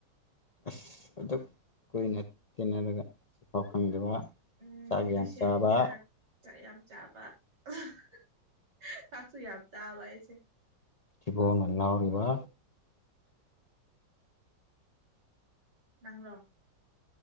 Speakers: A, on the left; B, on the right.
A: ꯑꯁ ꯑꯗꯨꯛ ꯀꯨꯏꯅ ꯇꯤꯟꯅꯔꯒ ꯁꯤꯐꯥꯎ ꯈꯪꯗꯕ
B: ꯎꯝ
A: ꯆꯥꯛ ꯌꯥꯝ
B: ꯑꯩꯁꯦ
A: ꯆꯥꯕ
B: ꯌꯥ- ꯆꯥꯛ ꯌꯥꯝ ꯆꯥꯕ <unintelligible> ꯆꯥꯛꯁꯨ ꯌꯥꯝ ꯆꯥꯕ ꯑꯩꯁꯦ
A: ꯊꯤꯕꯣꯡꯅ ꯂꯥꯎꯔꯤꯕ
B: ꯅꯪꯔꯣ